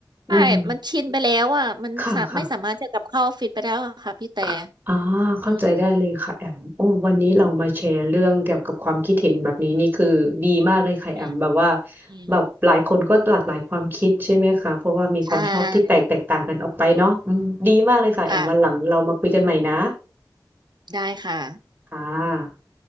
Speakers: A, on the right (about 70°); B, on the right (about 25°).
A: ใช่
B: อืม
A: มันชินไปแล้วอ่ะ มันสาไม่สามารถจะกลับเข้าออฟฟิศไปแล้วอะค่ะพี่แต่
B: ค่ะค่ะอ่ะอ่าเข้าใจได้เลยค่ะแอมโอ้วันนี้เรามาแชร์เรื่องเกี่ยวกับความคิดเห็นแบบนี้นี่คือดีมากเลยค่ะแอมแบบว่า
A: อืมอืมอืม
B: แบบหลายคนก็หลากหลายความคิดใช่ไหมคะเพราะว่ามีความชอบที่แตกแตกต่างกันออกไปเนาะอืมดีมากเลยค่ะแอมวันหลังเรามาคุยกันใหม่นะ
A: ใช่ค่ะ ได้ค่ะ
B: ค่ะ